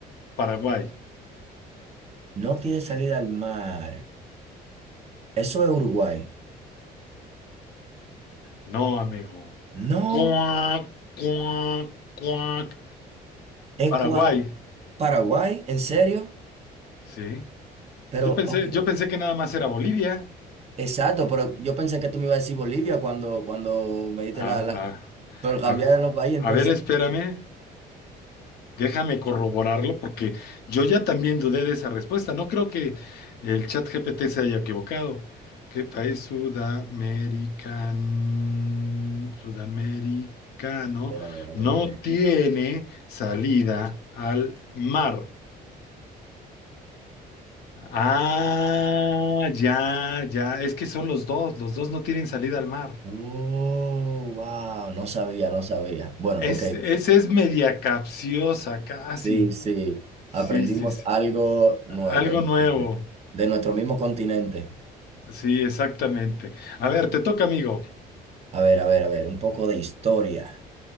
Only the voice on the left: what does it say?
Paraguay?
No, amigo.
Cuac, cuac, cuac.
Paraguay,
sí.
Yo pensé,
yo pensé que nada más era Bolivia.
A,
a-
a-
a ver, espérame. Déjame corroborarlo porque yo ya también dudé de esa respuesta. No creo que el chat GPT se haya equivocado. ¿Qué país sudamerican- sudamericano
no
tiene salida al mar? Ah, ya, ya. Es que son los dos. Los dos no tienen salida al mar.
Es,
esa es media capciosa, casi.
Sí,
sí, sí.
Algo
nuevo.
Sí, exactamente. A ver, te toca, amigo.